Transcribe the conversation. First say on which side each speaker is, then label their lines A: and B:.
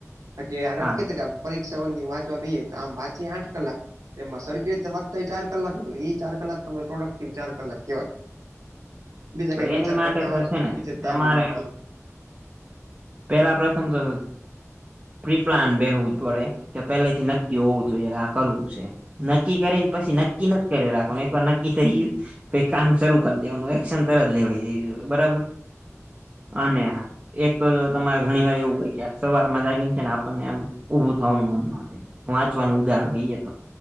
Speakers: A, on the right; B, on the right.
A: બાકી આનાજ
B: હા
A: કે કામ પરીક્ષા વન વાંચવા બી તો આમ વાંચી આઠ કલાક એમાં સરખી રીતે વાંચતા એ ચાર કલાક હતો એ ચાર કલાક તમા પ્રોડક્ટિવ ચાર કલાક કેવાય. બીજા
B: તો
A: કઈક
B: એની
A: વિચાર
B: માટે
A: કરતા
B: તો
A: હોય
B: છે ને
A: બચ કી ધ્યાન
B: તમારે
A: હોય એ
B: પેલા પ્રથમ તો પ્રિપ્લાન બેહવું જ પડે. કે પેલેથી
A: હમ
B: નક્કી હોવું જોઈએ આ કરવું છે એમ નક્કી કરીને પછી નક્કી રાખવાનું એક વાર નક્કી થઈ ગયું પહી કામ શરૂ કરી દેવાનું એક્શન તરત લેવાઈ જય બરાબર. અને એક તો જો તમારે ઘણી વાર એવું હોય કે સવાર માં જાગીને છે ને આપણને આમ ઊભું થવાનું મન ન થાય. વાંચવાનું
A: હમ
B: ઉદાહરણ લઈએ તો